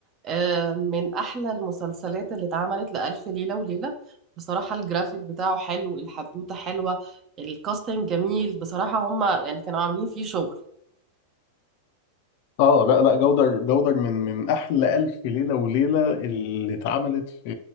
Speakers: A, on the right (about 25°); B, on the left (about 45°).
A: آه، من احلى المسلسلات اللي اتعملت لألف ليلة وليلة بصراحة الجرافيك بتاعه حلو الحدوتة حلوة الكاستنج جميل بصراحة هما يعني كانوا عاملين فيه شغل
B: اه لا لا جودر جودر من من احلى الف ليله وليله اللي اتعملت في